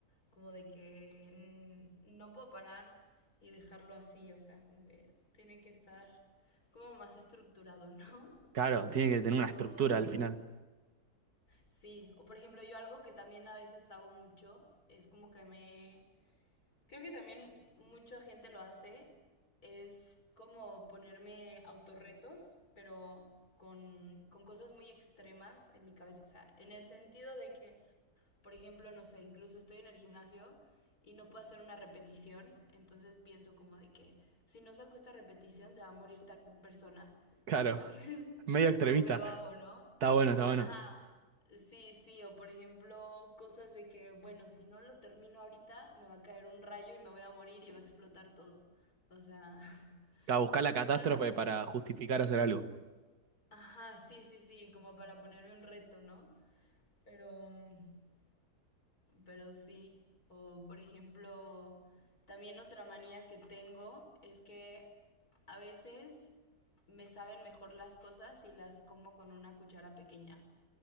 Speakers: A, on the left (about 65°); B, on the right (about 75°).
A: como de que mm, no puedo parar y dejarlo así, o sea, como que tiene que estar como más estructurado, ¿no?
B: Claro, tiene que tener
A: Pero
B: una estructura al final.
A: sí, o por ejemplo, yo algo que también a veces hago mucho, es como que me... Creo que también mucha gente lo hace, es como ponerme autorretos, pero con, con cosas muy extremas en mi cabeza, o sea, en el sentido de que por ejemplo, no sé, incluso estoy en el gimnasio y no puedo hacer una repetición, entonces pienso como de que si no saco esta repetición se va a morir tal persona.
B: Claro,
A: Entonces, <laughs>
B: medio extremista.
A: como que lo hago, ¿no?
B: Está bueno, está
A: Ajá,
B: bueno.
A: sí, sí, o por ejemplo, cosas de que, bueno, si no lo termino ahorita, me va a caer un rayo y me voy a morir y va a explotar todo. O sea, <laughs>
B: <laughs> Buscar la
A: cosas,
B: catástrofe para justificar hacer algo.
A: ajá, sí, sí, sí, como para ponerme un reto, ¿no? Pero mm, Pero sí, o por ejemplo, también otra manía que tengo es que a veces me saben mejor las cosas si las como con una cuchara pequeña,